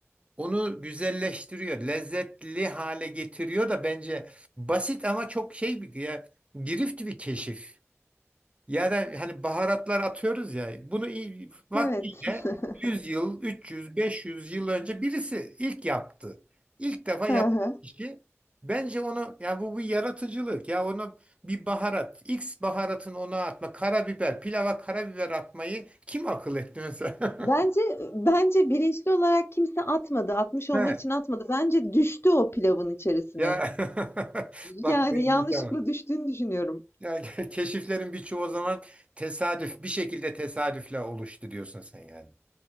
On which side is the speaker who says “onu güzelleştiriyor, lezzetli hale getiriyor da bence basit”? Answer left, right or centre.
Right